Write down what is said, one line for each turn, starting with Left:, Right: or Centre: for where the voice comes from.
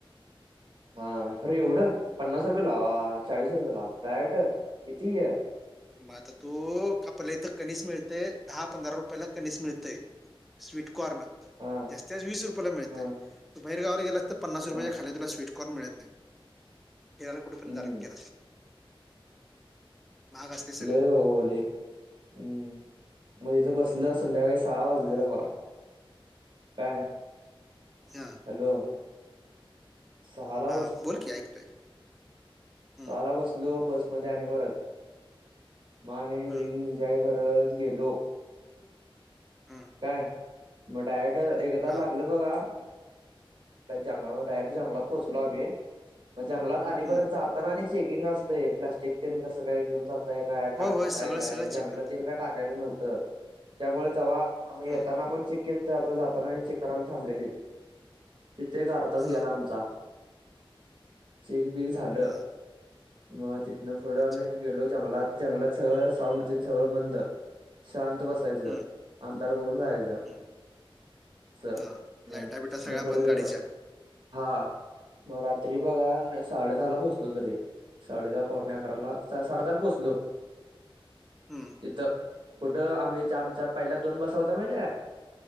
Right: हा खरं एवढं पन्नास रुपयला अ्वा चाळीस रुपयला डायरेक्ट किती अ्
Centre: मग आता तू आपल्याला इथं कणीस मिळतय दहा पंधरा रुपयाला कणीस मिळतय. स्वीट कॉर्न
Right: हा
Centre: जास्तीत जास्त वीस रुपयाला मिळतय
Right: हा
Centre: तू बाहेर गावला गेलास तर, पन्नास रुपय
Right: हा
Centre: खाली तुला स्वीट कॉर्न मिळत नाही. फिरायला कुठे पण
Right: हम्म
Centre: जा केलास की. महाग असते सगळं
Right: लय हो लय हम्म मग इथं बसलं संध्याकाळी सहा वाजलेलं बघा. काय?
Centre: हा
Right: हॅलो. सहाला
Centre: हं बोल की, ऐकतोय. हम्म
Right: सहा बसलो बसमध्ये आणि परत म् आणि <unintelligible>
Centre: हम्म
Right: व एन्जॉय करत. पळत गेलो.
Centre: हम्म
Right: काय मग डायरेक्ट एकदा
Centre: हा
Right: लागल बघा जंगलात डायरेक्ट जंगलात पोहचलो आम्ही मग जंगलात आणि परत
Centre: हम्म
Right: जाताना आणि चेकिंग असतंय प्लास्टिक तेन कसं घेऊन जात ताय काय
Centre: होय
Right: टाकताय
Centre: होय सगळं
Right: काय
Centre: सगळं
Right: जंगलात
Centre: चेक करतात
Right: तेन का टाकायच नव्हतं त्यामुळे जव्हा आम्ही
Centre: हा
Right: येताना पण चेक आता जाताना आणि चेक करायला थांबलेलीत तिथं एक अर्धा तास
Centre: हा
Right: गेला आमचा. चेक बीक झालं
Centre: हा
Right: मग तिथनं पुढं
Centre: अच्छा
Right: आम्ही गेलो जंगलात. जंगलात सगळं साऊंड तेन सगळं बंद शांत बसायचं.
Centre: हम्म
Right: अंधार करून जायचं
Centre: हम्म
Right: असं
Centre: हा
Right: म
Centre: लाईटा
Right: तिथंन
Centre: बिटा सगळ्या
Right: पुढं
Centre: बंद
Right: गेलो.
Centre: गाडीच्या
Right: हा मग रात्री बघा साडे दहा ला पोहोचलो तरी. साडेदहा पावणे अकराला साडेदहाला पोचलो.
Centre: हम्म.
Right: तिथं कुठं आम्ही ज्या आमच्या पहिल्या दोन बसा होत्या माहित आहे काय?